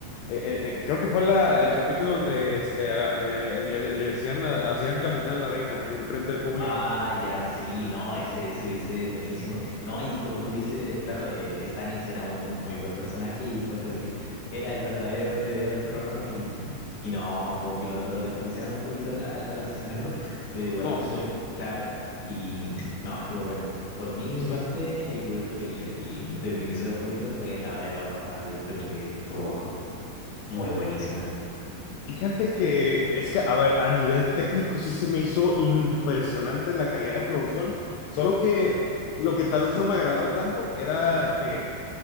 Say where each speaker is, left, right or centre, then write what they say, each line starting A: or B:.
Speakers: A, on the left; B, on the left.
A: eh, eh, creo que fue la- el capítulo donde este, a- eh, le, le decían, a- hacían caminar a la reina en frente del público.
B: Ah, ya, sí, no, ese, ese episodio es buenísimo. No, y como tú dices, claro, eh, Stannis era un, un muy buen personaje y encuentro que era el verdadero heredero al trono y, y no, que como que lo, lo desperdiciaron un poquito al, al- al asesinarlo, pero igual
A: No,
B: encuentro,
A: sí,
B: que- claro, y no, estuvo bueno. Por mí, mi
A: sí.
B: parte,
A: sí.
B: yo creo que el, el de mi episodio favorito fue la batalla de los bastardos, yo creo que estuvo muy buenísima.
A: Fíjate que es que, a ver, a nivel técnico sí se me hizo impresionante la calidad de producción, solo que lo que tal vez no me agradó tanto era que